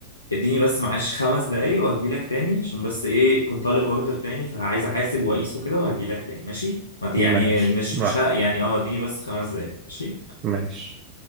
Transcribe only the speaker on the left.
اديني بس معلش خمس دقايق وهجيلك تاني عشان بس ايه كنت طالب اوردر تاني فعايز احاسب واقيسه كده وهجيلك تاني ماشي ما ت- يعني
مش
مش ه... يعني اه اديني بس خمس دقايق ماشي